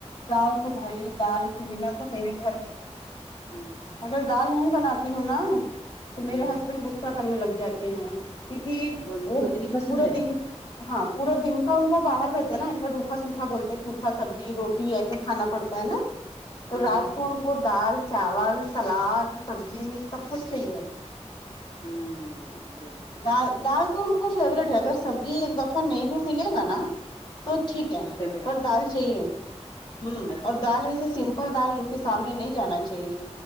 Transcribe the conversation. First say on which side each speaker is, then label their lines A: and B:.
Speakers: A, on the left (about 40°); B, on the left (about 25°).
A: دال تو بھائی دال کے بنا تو میرے گھر
B: ہوں
A: اگر دال نہیں بناتی ہوں نا
B: ہوں
A: تو میرے ہسبینڈ غصہ کرنے لگ جاتے ہیں کیو کی
B: ان
A: وہ
B: کو اتنی پسند
A: پورا
B: ہے
A: دن ہاں پورا دن کا ان کا باہر رہتا ہے نا ایسا روکھا سوکھا بولتے ہیں سوکھا سبزی روٹی ایسے کھانا پڑتا ہے نا تو
B: ہوں
A: رات کو ان کو دال چاول سلاد سبزی سب کچھ چاہیے
B: ہوں یہ
A: ڈال ڈال تو فیوریٹ ہے اگر سبزی ایک دفہ نہیں بھی ملے گا نا تو ٹھیک ہے
B: تو چلے گا
A: پر دال چاہیے ہ
B: اچھا
A: اور دال ایسے س سپل دال ان کے سامنے نہیں جانا چاہیے